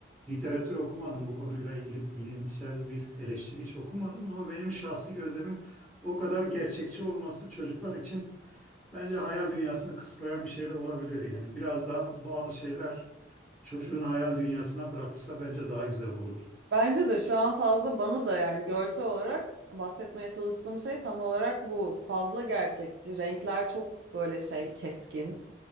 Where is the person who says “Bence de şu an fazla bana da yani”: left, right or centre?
Right